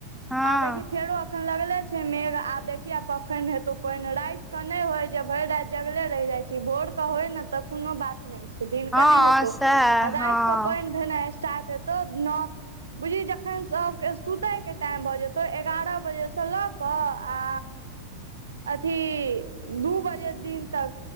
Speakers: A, in the centre; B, on the right.
A: हँ
B: आ देखी फेरो। अखन लगले छै मेघ आ देखि केखन हेतो पइन राति के नहि होय जे भरि राति जगले रहि जाय छी। भोरके होय ने तऽ कोनो बात नहि छै दिेन
A: हँ
B: क नय हेतौ
A: सएह
B: आ रातिके
A: हँ
B: पइन भेनाइ स्टार्ट हेतौ नौ बुझी जखन सभके सुतयके टाइम भऽ जेतै एगारह बजेसँ लऽ कऽ आ अथी दू बजे दिन तक।